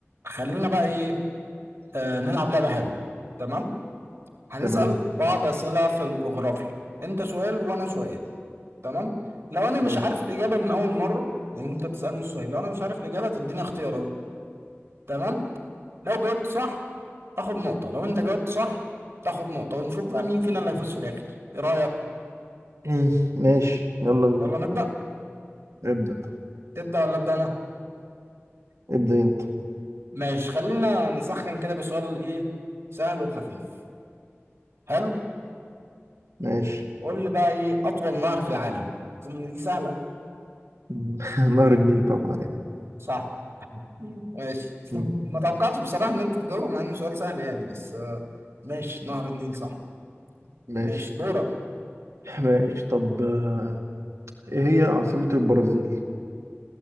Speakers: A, on the right; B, on the right.
A: خلينا بقى ايه آه نلعب لعبة حلوة تمام هنسأل
B: تمام
A: بعض أسئلة في الجغرافيا انت سؤال وانا سؤال تمام لو انا مش
B: ماشي
A: عارف الإجابة من أول مرة يعني انت تسألني السؤال لو انا مش عارف الإجابة تديني اختيارات تمام لو جاوبت صح اخد نقطة لو انت جاوبت صح تاخد نقطة ونشوف بقى مين فينا اللي هيفوز في الآخر ايه رأيك
B: مم. ماشي يلا بينا
A: يلا نبدأ
B: ابدأ
A: تبدأ ولا أبدأ انا
B: ابدأ انت
A: ماشي خلينا نسخن كده بسؤال ايه سهل وخفيف حلو
B: ماشي
A: قول لي بقى ايه أطول نهر في العالم أظن إن دي سهلة
B: مم. <laughs> نهر النيل طبعا يعني
A: صح مم. ماشي
B: مم.
A: <laughs> ما توقعتش بصراحة ان انت تجاوب مع انه سؤال سهل يعني بس آه، ماشي نهر النيل صح
B: ماشي
A: ماشي دورك
B: ماشي طب آه، ايه هي عاصمة البرازيل؟